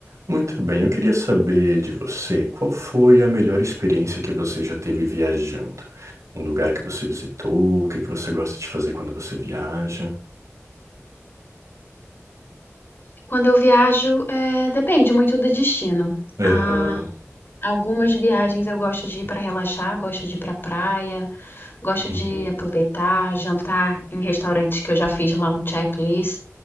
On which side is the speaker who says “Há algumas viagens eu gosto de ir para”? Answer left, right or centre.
Left